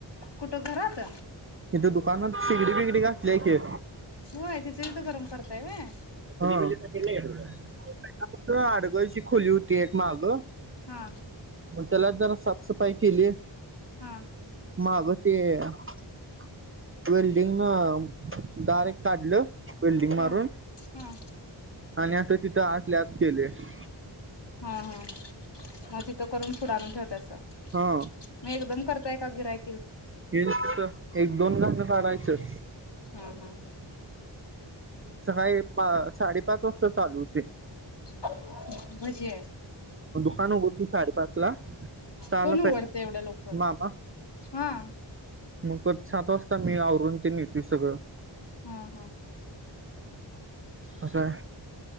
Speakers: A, on the left (about 60°); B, on the right (about 30°).
A: कुठं घरात?
B: इथे दुकानात शेगडी बिगडी घातलीया कि.
A: होय तिथल्या तिथं गरम करतयं वय.
B: हा ते आड गाईची खोली होती एक माग.
A: हा.
B: त्यालाच जरा साफसफाई केले
A: हा
B: माग ते <inaudible> वेल्डिंगनं दार एक काढलं. वेल्डिंग
A: हा
B: मारून
A: हा
B: आण्या तिथं आतल्या आत केलयं.
A: हा हा. म तिथं करून पुुढ आणून ठेवतायसा.
B: हा.
A: मग एकदम करताय का गिऱ्हाईक?
B: के तस एक दोन घ काढायच च
A: हा हा
B: सकाळी पा साडेपाच वाजता चालू हुतंय.
A: ब भजे
B: दुकान उघडतो साडेपाच ला. सहाला
A: कोण उघडतयं एवढ्या लवकर
B: मामा
A: हा.
B: मग परत सात वाज मी आवरून ती नेती सगळं.
A: हा हा.
B: असय.